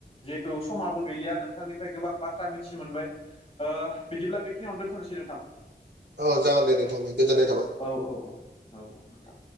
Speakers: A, on the left (about 35°); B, on the right (about 80°).
A: जिहेतु समाबो गैलिया नोंथांनिफ्राय गोबां बाथ्रा मिथिनो मोनबाय ओ बिदिब्ला बेखिनियावनो दोन्थ'नोसै नोंथां।
B: औ जागोन दे नोंथां दे गोजोननाय थाबाय।
A: औ-औ-औ-औ-औ नोंथां।